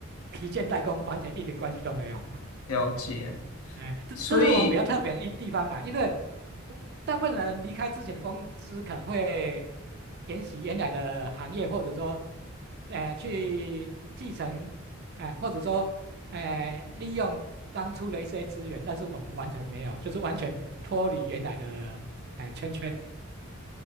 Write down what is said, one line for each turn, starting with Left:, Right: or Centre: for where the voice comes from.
Right: 皮件代工完全一点关系都没有。
Left: 了解。
Right: 哎，这这是我们比较特别的一地方啦，
Left: 所以
Right: 因为我大部分人离开之前的公司可能会沿袭原来的行业，或者说，呃，去继承，哎、或者说，呃，利用当初的一些资源，但是我们完全没有，就是完全脱离原来的哎、圈圈。